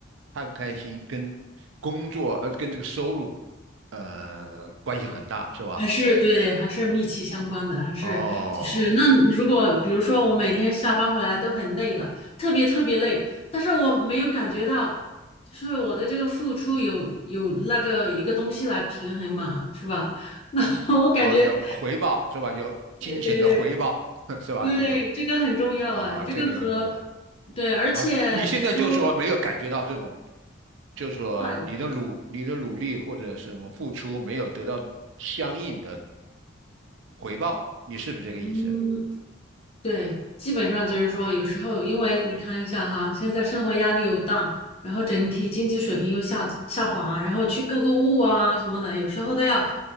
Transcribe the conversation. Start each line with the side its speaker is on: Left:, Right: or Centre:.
Right: 开不开心，跟工作呃跟这个收入呃关系很大，是吧？
Left: 还是对，还是密切相关的，还是就是那如果比如说我每天下班回来都很累了，
Right: 哦，
Left: 特别特别累，但是我没有感觉到，就是我的这个付出有有那个一个东西来平衡嘛，是吧？<laughs> 那我感觉，
Right: 哦，有回报是吧？有金钱的回报
Left: 对对对
Right: <laughs> 是吧？
Left: 对，
Right: 这种
Left: 这个很重要哎，
Right: 啊、
Left: 这个和
Right: 这一点很重要
Left: 对，而且你说
Right: 啊。你现在就说没有感觉到这种，就说你的努你的努力或者什么付出没有得到相应的
Left: 快乐，
Right: 回报，你是不是这个意思？
Left: 嗯，对，基本上就是说，
Right: 哦，
Left: 有时候因为你看一下哈，现在生活压力又大，然后整体经济水平又下下滑，然后去购购物啊什么的，有时候都要，